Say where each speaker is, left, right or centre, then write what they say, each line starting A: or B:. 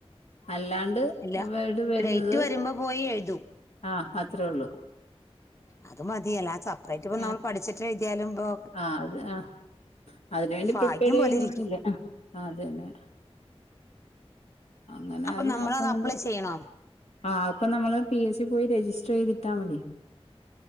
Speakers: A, on the left (about 85°); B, on the left (about 25°).
A: അല്ലാണ്ട്
B: ഇല്ല
A: ഇവട് വരുന്നത്
B: ഡേറ്റ് വരുമ്പോ പോയി എഴുതും
A: ആഹ് അത്രേ ഉള്ളു.
B: അത് മതി. അല്ലാതെ സപ്രറേറ്റ് ഇപ്പ
A: ആഹ്
B: നമ്മള് പഠിച്ചിട്ട് എഴതിയാലും ഇപ്പോ
A: ആഹ് അത് ആഹ് അതിനുവേണ്ടി
B: ഭാഗ്യം
A: പ്രിപ്പയർ ചെയ്യുന്നൊന്നുല്ല
B: പോലെ ഇരിക്കും
A: ആഹ് അതന്നെ. അങ്ങനെ
B: അപ്പൊ
A: അത്
B: നമ്മളത്
A: നോക്കുന്നുണ്ട്.
B: അപ്ലൈ ചെയ്യണോ
A: ആഹ് അപ്പൊ നമ്മള് പി എസ് സി പോയി രജിസ്റ്റർ ചെയ്തിട്ടാ മതി.